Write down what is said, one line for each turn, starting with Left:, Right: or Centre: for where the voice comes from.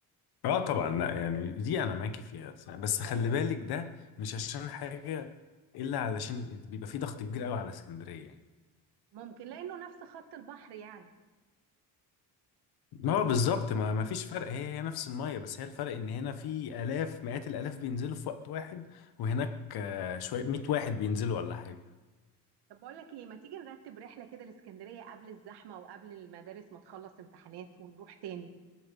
Left: اه طبعا لا يعني دي انا معاكي فيها صح. بس خلي بالك ده مش عشان حاجة الا علشان بيبقى في ضغط كبير قوي على اسكندرية يعني
Right: ممكن لانه نفس خط البحر يعني
Left: ما هو بالظبط ما ما فيش فرق هي هي نفس المية بس هي الفرق ان هنا في الاف مئات الالاف بينزلوا في وقت واحد وهناك آه، شوية 100 واحد بينزلوا ولا حاجة
Right: طب بقول لك ايه ما تيجي نرتب رحله كده الاسكندريه قبل الزحمه وقبل المدارس ما تخلص امتحانات ونروح تاني